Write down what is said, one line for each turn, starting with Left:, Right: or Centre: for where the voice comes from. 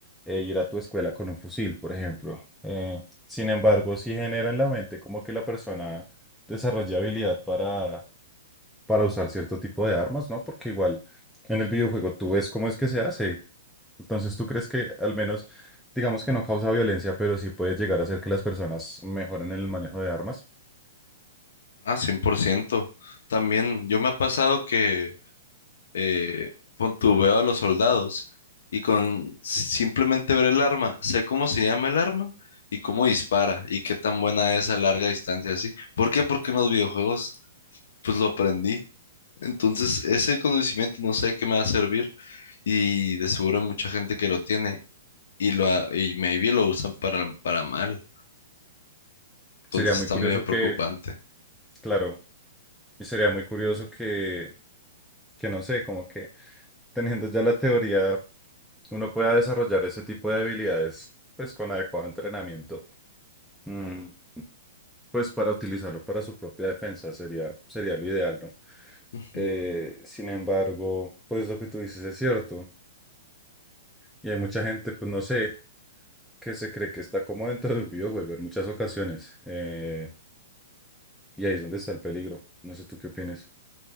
Centre: eh, ir a tu escuela con un fusil, por ejemplo. Eh, sin embargo, sí genera en la mente como que la persona desarrolla habilidad para, para usar cierto tipo de armas, ¿no? Porque igual en el videojuego tú ves cómo es que se hace. Entonces, ¿tú crees que al menos, digamos que no causa violencia, pero sí puede llegar a hacer que las personas mejoren en el manejo de armas?
Left: Ah, 100%. También yo me ha pasado que eh, pon tu veo a los soldados y con si- simplemente ver el arma, sé cómo se llama el arma y cómo dispara y qué tan buena es a larga distancia así. ¿Por qué? Porque en los videojuegos pues lo aprendí. Entonces ese conocimiento no sé qué me va a servir y de seguro hay mucha gente que lo tiene y lo ha- y maybe lo usan para, para mal. Entonces
Centre: Sería muy
Left: está
Centre: curioso
Left: medio preocupante.
Centre: que, claro, y sería muy curioso que, que no sé, como que teniendo ya la teoría, uno pueda desarrollar ese tipo de habilidades, pues con adecuado entrenamiento, mm, pues para utilizarlo para su propia defensa, sería, sería lo ideal, ¿no?
Left: Ujú.
Centre: Eh, sin embargo, pues lo que tú dices es cierto. Y hay mucha gente, pues no sé, que se cree que está como dentro de un videojuego en muchas ocasiones. eh, y ahí es donde está el peligro. No sé tú qué opinas.